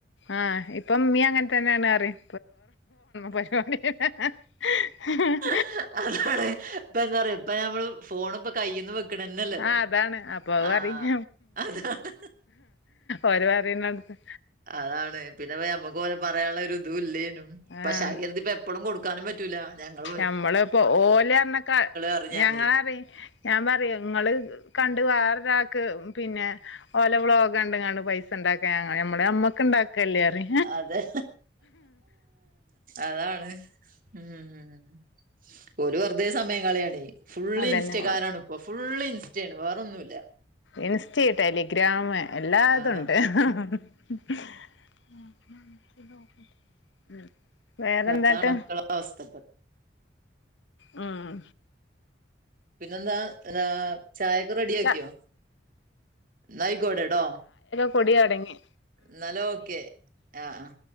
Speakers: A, on the left (about 75°); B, on the right (about 50°).
A: ആ ഇപ്പം മിയ അങ്ങനതന്നെ ആന്ന് പറയും മിക്കവാറും ഹ് ഹ് ഹ <unintelligible>
B: ഹ് അതേടെ ഇപ്പം എന്ത് പറയും ഇപ്പ ഞമ്മള് ഫോണിപ്പ കയ്യീന്ന് വെക്ക് ക്കണന്നല്ലല്ലോ
A: ആഹ് അതാണ് അപ്പൊ അത്
B: ആഹ്
A: പറയും
B: അതാണ്
A: ഓര് പറയുന്നോട്ത്ത്
B: അതാണ് പിന്നിപ്പ ഞമ്മക്കോലെ പർ പറയാള്ളൊരു ഇതൂല്ലാര്ന്നു
A: ആഹ്
B: പക്ഷേ എന്തിപ്പേ എപ്പഴും കൊടുക്കാനും പറ്റൂല ഞങ്ങൾ
A: ഞമ്മളിപ്പോ ഓലറിഞ്ഞക്ക
B: പറയും
A: ഞങ്ങളറി
B: ഞാനേ
A: ഞാൻ പറയും നിങ്ങള് കണ്ട് വേറൊരാക്ക് പിന്നെ ഓല ബ്ലോ കണ്ടും ക പൈസ ഇണ്ടാക്ക ഞ ഞമ്മടെ അമ്മക്ക് ഇണ്ടാക്കല്ലറി
B: അതെ അതാണ് ഉം ഒരു വെറുതെ സമയം കളിയണ് ഫുള്
A: അതന്നെ
B: ഇൻസ്റ്റകാരാണ് ഇപ്പ ഫുള്ള് ഇൻസ്റ്റയാണ് വേറൊന്നുമില്ല
A: ഇൻസ്റ്റ ടെലിഗ്രാഎല്ലാതുണ്ട്
B: ആഹ്
A: <unintelligible> ഉം വേറെന്താട്ട്
B: അതാണ് മക്കളെ അവസ്ഥ ഇപ്പൊ
A: ഉം ഉം
B: പിന്നെന്താ ചായയൊക്കെ റെഡിയ
A: ച
B: ആക്കിയോ എന്നയിക്കോട്ടെട്ടോ
A: പൊടി അടങ്ങി
B: ഇന്നാൾ ഓക്കെ ആഹ് ആഹ്